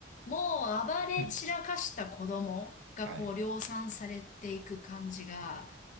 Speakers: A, on the left (about 45°); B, on the right (about 70°).
A: う、もう暴れ散らかした子供がこう量産されていく感じが、
B: うん。はい。